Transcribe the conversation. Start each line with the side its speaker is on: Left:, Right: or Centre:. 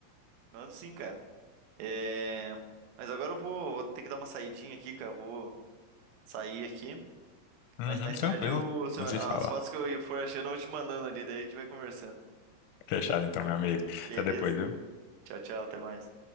Right: Mando sim, cara. É... Mas agora eu vou, vou ter que dar uma saidinha aqui, cara. Vou sair aqui.
Left: Uhum,
Right: Mas mais
Left: tranquilo.
Right: tarde eu, se
Left: A
Right: eu-
Left: gente
Right: as
Left: se fala.
Right: fotos que eu for achando, eu vou te mandando ali. Daí a gente vai conversando.
Left: Fechado então, meu amigo.
Right: Beleza?
Left: Até depois, viu?
Right: Tchau, tchau. Até mais.